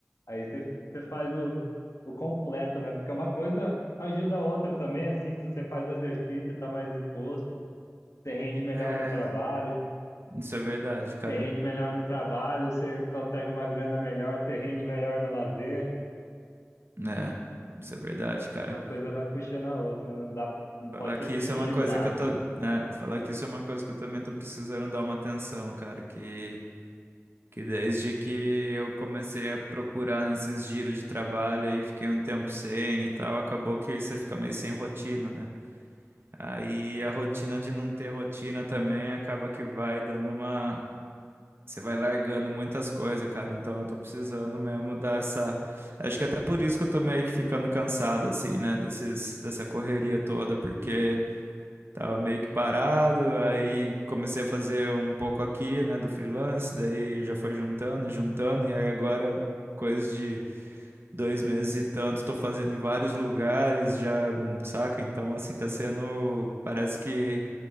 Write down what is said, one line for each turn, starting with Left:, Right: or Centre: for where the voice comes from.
Left: Aí você você faz o, o completo, né? Porque uma coisa ajuda a outra também, assim, se você faz um exercício, tá mais exposto, você rende melhor
Right: É.
Left: no trabalho,
Right: Isso é verdade, cara.
Left: você rende melhor no trabalho, você consegue uma grana melhor, você rende melhor no lazer.
Right: É, isso é verdade, cara.
Left: uma coisa vai puxando a outra, né? não dá, não
Right: Falar
Left: pode ser
Right: que
Left: desequilibrado.
Right: isso é uma coisa que eu tô, né, falar que isso é uma coisa que eu também tô precisando dar uma atenção, cara, que que desde que eu comecei a procurar nesses giros de trabalho aí, fiquei um tempo sem e tal, acabou que você fica meio sem rotina, né? Aí
Left: Sim,
Right: a rotina de não ter rotina também acaba que vai dando uma Você vai largando muitas coisas, cara. Então eu tô precisando mesmo dar essa. Acho que até por isso que eu tô meio que ficando cansado, assim, né? Desses, dessa correria toda, porque tava meio que parado, aí comecei a fazer um pouco aqui, né, do freelance, daí já foi juntando, e juntando, e aí agora, coisa de dois meses e tanto, tô fazendo em vários lugares, já, hum, saca? Então, assim, tá sendo. Parece que